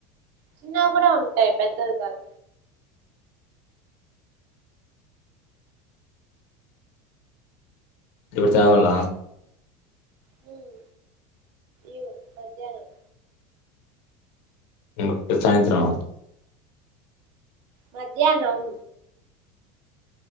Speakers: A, on the right (about 60°); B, on the left (about 65°).
A: చిన్నవి కూడా ఉంటాయి పెద్దది కాక
B: ఇప్పుడు తావాల
A: హుమ్ ఇవ్ మధ్యాహ్నం
B: ఇంగ ఇప్పుడు సాయంత్రం
A: మధ్యాహ్నం